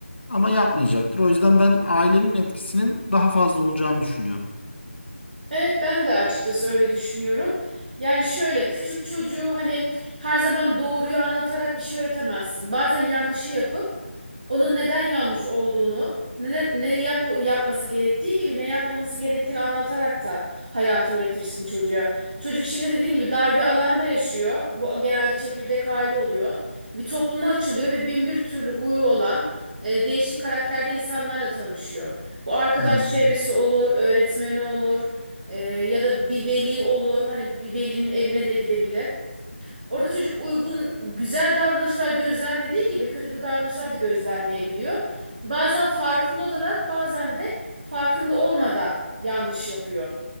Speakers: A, on the left (about 60°); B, on the right (about 45°).
A: ama yapmayacaktır. O yüzden ben ailenin etkisinin daha fazla olacağını düşünüyorum.
B: Evet ben de açıkçası öyle düşünüyorum. Yani şöyle küçük çocuğu hani her zaman doğruyu anlatarak bir şey öğretemezsin. Bazen yanlışı yapıp onun neden yanlış olduğunu, ne, ne yap, yapması gerektiği gibi ne yapmaması gerektiğini anlatarak da hayatı öğretirsin çocuğa. Çocuk şimdi dediğin gibi dar bir alanda yaşıyor. Bu genelde çekirdek aile oluyor. Bir topluma açılıyor ve bin bir türlü huyu olan e, değişik karakterde insanlarla tanışıyor. Bu arkadaş
A: Aynen.
B: çevresi olur, öğretmeni olur, e, ya da bir veli olur. Hani bir velinin evine de gidebilir. Orada çocuk uygun, güzel davranışlar gözlemlediği gibi kötü davranışlar da gözlemleyebiliyor. Bazen farkında olarak, bazen de farkında olmadan yanlış yapıyor.